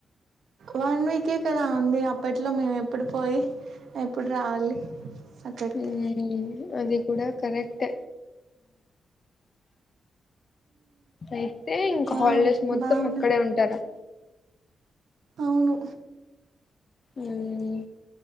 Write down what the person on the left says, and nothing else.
హ అది కూడా కరెక్ట్ అయితే ఇంకా
హాలిడేస్ మొత్తం
అక్కడే ఉంటారా
ఉమ్